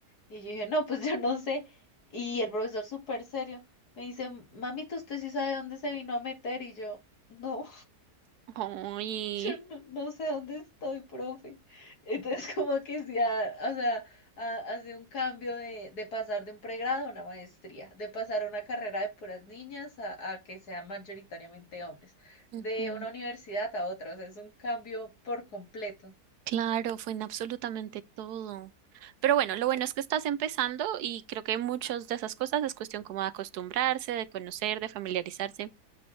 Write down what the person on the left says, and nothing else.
Y yo dije, no, pues <laughs> yo no sé. Y el profesor súper serio me dice, mamita, ¿usted sí sabe dónde se vino a meter? Y yo, no.
Yo no, no sé dónde estoy, profe. Entonces, <laughs> como que sí, ha- o sea, ha- hace un cambio de, de pasar de un pregrado a una maestría, de pasar a una carrera de puras niñas a, a que sean mayoritariamente hombres,
de una universidad a otra, o sea, es un cambio por completo.